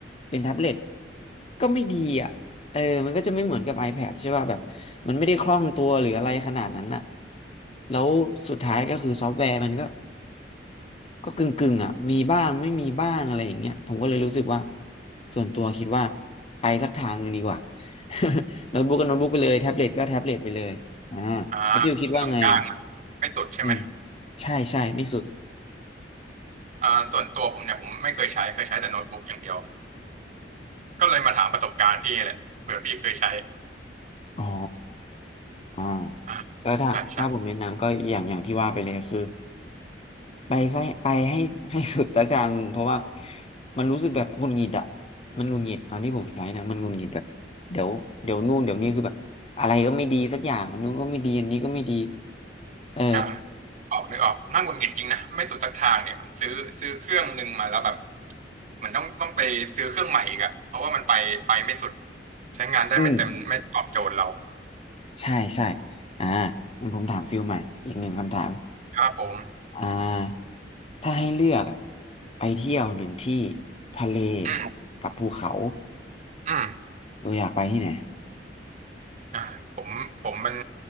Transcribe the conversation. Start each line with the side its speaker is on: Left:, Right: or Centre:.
Left: เป็นแท็บเล็ตก็ไม่ดีอ่ะเออมันก็จะไม่เหมือนกับ iPad ใช่ป่ะแบบมันไม่ได้คล่องตัวหรืออะไรขนาดนั้นอ่ะแล้วสุดท้ายก็คือซอฟต์แวร์มันก็ก็กึ่งกึ่งอ่ะมีบ้างไม่มีบ้างอะไรอย่างเงี้ยผมก็เลยรู้สึกว่าส่วนตัวคิดว่าไปสักทางหนึ่งดีกว่า <laughs> โน้ตบุ๊กก็โน้ตบุ๊กไปเลยแท็บเล็ตก็แท็บเล็ตไปเลยอ่า
Right: อ่าเครื่องกลางๆอะไม่สุดใช่ไหม
Left: แล้วฟิลคิดว่าไงอ่ะอืมใช่ใช่ไม่สุด
Right: อ่าส่วนตัวผมเนี่ยผมไม่เคยใช้เคยใช้แต่โน้ตบุ๊กอย่างเดียวก็เลยมาถามประสบการณ์พี่แหละเผื่อพี่เคยใช้
Left: อ๋ออ่า
Right: อ่า
Left: ก็ถ้าถ้าผมแนะนำก็อย่างอย่างที่ว่าไปเลยคือ
Right: ใช่ใช่
Left: ไปไส้ไปให้ <laughs> ให้สุดสักทางหนึ่งเพราะว่ามันรู้สึกแบบหงุดหงิดอะมันหงุดหงิดตอนที่ผมใช้นะมันหงุดหงิดแบบเดี๋ยวเดี๋ยวนู่นเดี๋ยวนี้คือแบบอะไรก็ไม่ดีสักอย่างอันนู้นก็ไม่ดีอันนี้ก็ไม่ดีเออ
Right: อ่าออกนึกออกน่าหงุดหงิดจริงนะไม่สุดสักทางเนี่ยเหมือนซื้อซื้อเครื่องหนึ่งมาแล้วแบบเหมือนต้องต้องไปซื้อเครื่องใหม่อีกอะเพราะว่ามันไปไปไม่สุดใช้งานได้ไม่เต็มไม่ตอบโจทย์เรา
Left: อืมใช่ใช่อ่างั้นผมถามฟิลใหม่อีกหนึ่งคำถาม
Right: ครับผม
Left: อ่าถ้าให้เลือกอะไปเที่ยวหนึ่งที่ทะเล
Right: อืม
Left: กับภูเขา
Right: อืม
Left: เอออยากไปที่ไหน
Right: อ่าผมผมเป็น